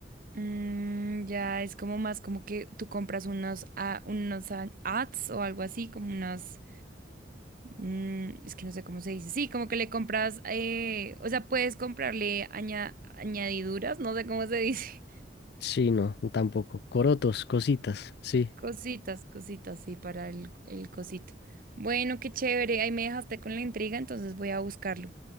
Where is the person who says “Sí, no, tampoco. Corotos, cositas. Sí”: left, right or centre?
Left